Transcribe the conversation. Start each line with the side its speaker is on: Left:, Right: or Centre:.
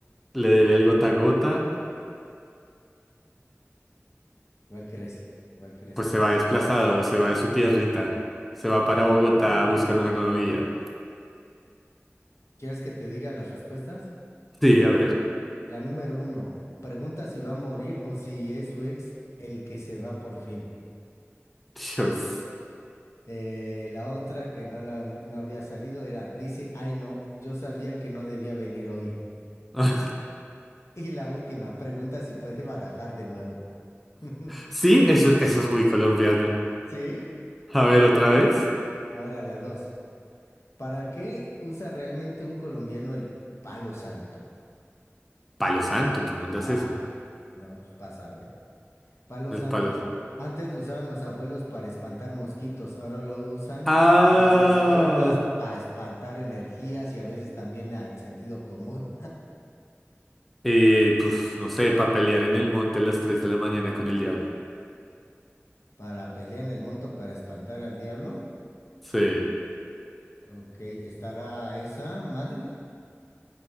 Centre: Le debe al gota a gota.
Left: ¿cuál crees? ¿Cuál crees?
Centre: Pues
Left: ¿Cuál
Centre: se va
Left: crees?
Centre: desplazado. Se va de su tierrita. Se va para Bogotá
Left: Mm.
Centre: a buscar una nueva vida.
Left: ¿Quieres que te diga las respuestas?
Centre: Sí, a ver.
Left: La número uno, pregunta si va a morir o si es su ex el que se va por fin.
Centre: Dios.
Left: Eh, la otra que no, la, no había salido era, dice, ay no, yo sabía que no debía venir hoy. <laughs>
Centre: <laughs>
Left: Y la última, pregunta si puede barajar de nuevo. <laughs>
Centre: Sí, eso, eso es muy colombiano.
Left: ¿Sí?
Centre: A ver, otra vez.
Left: Ahora la dos. ¿Para qué usa realmente un colombiano el palo santo?
Centre: Palo santo, ¿qué mundo
Left: Ajá.
Centre: es eso?
Left: No, pues para saber. Palo
Centre: El
Left: santo.
Centre: palo.
Left: Antes lo usaban los abuelos para espantar mosquitos, ahora lo usan
Centre: Ah,
Left: los despiertos para espantar energías y a veces también al sentido común.
Centre: eh, pues no sé, para pelear en el monte a las 3 de la mañana con el diablo.
Left: Para pelear en el monto para espantar al diablo.
Centre: Sí,
Left: Ok, ¿estará esa madre?